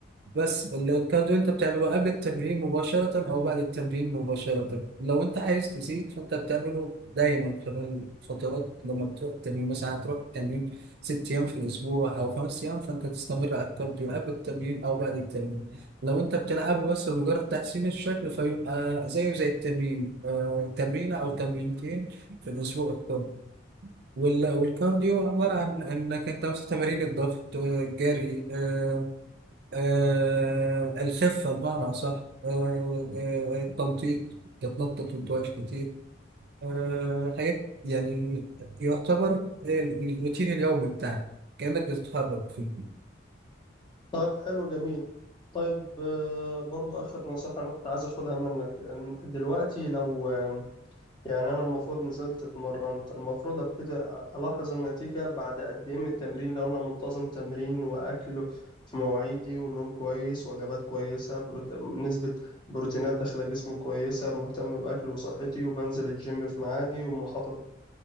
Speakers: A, on the right; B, on the left.
A: بس ال- الكارديو انت بتعمله قبل التمرين مباشرة او بعد التمرين مباشرة لو انت عايز تزيد فانت بتعمله دايما خلال فترات لما بتروح التمرين مثلا هتروح التمرين ست ايام في الاسبوع او خمس ايام فانت تستمر على الكارديو قبل التمرين او بعد التمرين لو انت بتلعبه بس لمجرد تحسين الشكل فيبقى زيه زي التمرين آه تمرينة او تمرينتين في الاسبوع الكل وال- والكارديو عبارة عن انك انت مثلا تمارين الضغط آه، الجري آه، آه الخفة بمعنى أصح آه آه التنطيط تتنطط وتواش كتير آه حاجات يعني يعتبر الروتين اليومي بتاعك كأنك بتتحرك فيه
B: طيب حلو جميل طيب آه، برضو آخر نصيحة أنا كنت عايز أخدها منك إن دلوقتي لو آم، يعني أنا المفروض نزلت اتمرنت المفروض أبتدي ألاحظ النتيجة بعد قد إيه من التمرين لو أنا منتظم تمرين وأكل في مواعيدي والنوم كويس وجبات كويسة بروت... نسبة بروتينات داخلة جسمي كويسة مهتم بأكل وصحتي وبنزل الجيم في ميعادي ومحاطط